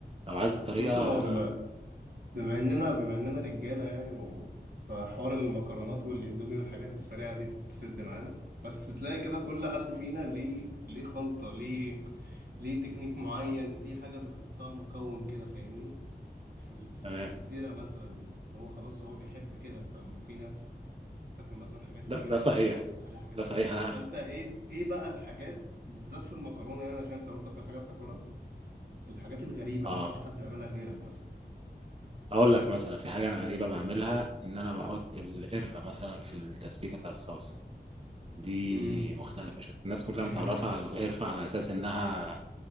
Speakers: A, on the right; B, on the right.
A: لو عايز الطريقه
B: بص هو بما بما اننا بما اننا رجالة يعني و... فحوار المكرونات والاندومي والحاجات السريعة دي بتسد معانا بس تلاقي كده كل حد فينا ليه ليه خلطة ليه ليه تكنيك معين ليه حاجة بيحطها مكون كده فاهمني في ال... في ال...
A: تمام
B: في الديرة مثلا هو خلاص هو بيحب كده فما في ناس تاكل مثلا حاجات
A: ده
B: ويرد
A: ده صحيح
B: تحط عليها حاجات
A: ده
B: غريبة
A: صحيح انا
B: فانت ايه ايه بقى الحاجات بالذات في المكرونة يعني عشان انت قلت اكتر حاجة بتاكلها الحاجات الغريبة
A: اه
B: اللي مفيش حد بيعملها غيرك مثلا
A: اقول لك مثلا في حاجه انا غريبه بعملها ان انا بحط القرفه مثلا في التسبيكه بتاعت الصلصه دي
B: امم
A: مختلفه شت. الناس كلها
B: <laughs>
A: متعرفه على القرفه على اساس انها